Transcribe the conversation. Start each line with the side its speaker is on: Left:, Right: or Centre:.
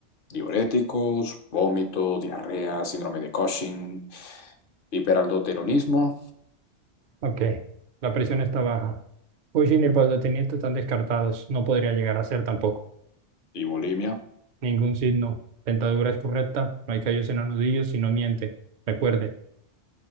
Left: Diuréticos, vómito, diarrea, síndrome de Cushing, hiperaldoteronismo
Right: ok. La presión está baja. Cushing y el baldotimiento están descartados. No podría llegar
Left: y
Right: a ser tampoco.
Left: y bulimia.
Right: Ningún signo. Dentadura es correcta. No hay callos en los nudillos y no miente. Recuerde.